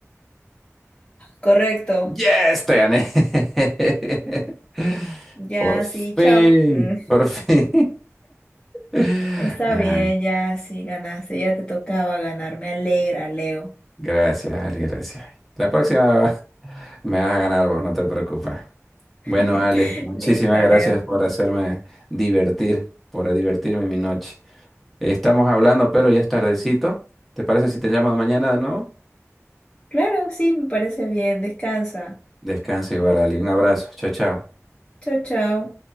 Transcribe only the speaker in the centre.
Yes, te gané. <laughs>
Por
fin,
por fin. <laughs>
Ay,
gracias, Ale, gracias. La próxima va- <laughs> me vas a ganar vos, no te preocupes.
Bueno, Ale, muchísimas
gracias
por hacerme divertir, por divertirme mi noche. Estamos hablando, pero ya es tardecito. ¿Te parece si te llamo mañana de nuevo?
Descansa igual, Ali. Un abrazo. Chao, chao.